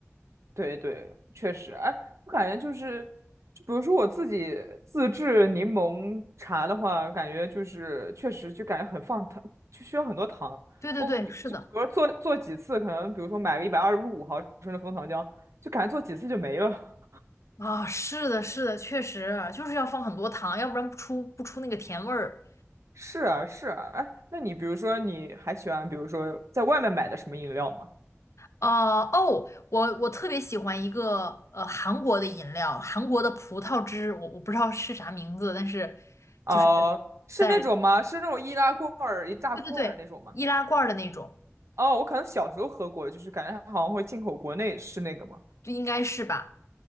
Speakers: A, on the right; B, on the left.
A: 对对，确实，哎，我感觉就是，就比如说我自己自制柠檬茶的话，感觉就是确实就感觉很放糖，就需要很多糖。
B: 对对对，
A: 我你就比如说做做几次，
B: 是的。
A: 可能比如说买了一百二十五毫升的枫糖浆，就感觉做几次就没了。
B: 啊，是的，是的，确实啊就是要放很多糖，要不然不出不出那个甜味儿。
A: 是啊，是啊，哎，那你比如说，你还喜欢，比如说在外面买的什么饮料吗？
B: 啊哦，我我特别喜欢一个呃韩国的饮料，韩国的葡萄汁，我我不知道是啥名字，但是
A: 哦、
B: 就是
A: 是那种吗？
B: 在
A: 是那种易拉罐儿一大罐儿那种吗？
B: 对对对易拉罐儿的那种，
A: 哦，我可能小时候喝过，就是感觉它好像会进口国内，是那个吗？
B: 就应该是吧？